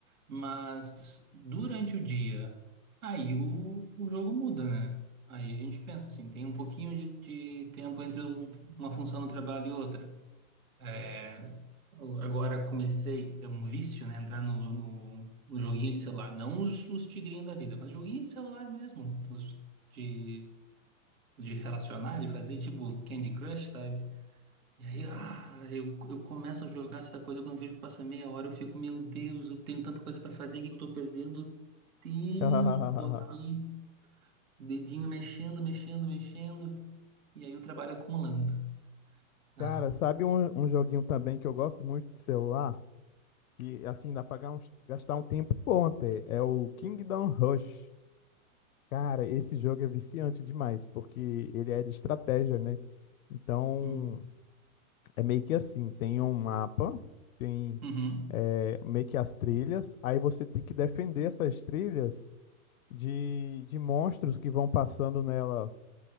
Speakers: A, on the right (about 85°); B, on the left (about 75°).
A: Mas durante o dia, aí o, o jogo muda, né? Aí a gente pensa assim, tem um pouquinho de, de tempo entre um- uma função no trabalho e outra. É, eu agora comecei, é um vício, né? Entrar no, no, no joguinho de celular. Não os, os tigrinhos da vida, mas joguinho de celular mesmo. Os de, de relacionar, de fazer tipo Candy Crush, sabe? E aí, ah, eu, eu começo a jogar essa coisa. Quando vejo que passa meia hora, eu fico, meu Deus, eu tenho tanta coisa pra fazer aqui que eu tô perdendo tempo
B: <laughs>
A: aqui. Dedinho mexendo, mexendo, mexendo. E aí o trabalho acumulando. Não.
B: Cara, sabe um, um joguinho também que eu gosto muito do celular? Que assim dá pra gan- gastar um tempo bom até. É o Kingdom Rush. Cara, esse jogo é viciante demais, porque ele é de estratégia, né? Então,
A: Hum.
B: É meio que assim, tem um mapa, tem
A: Uhum.
B: é, meio que as trilhas, aí você tem que defender essas trilhas de, de monstros que vão passando nela.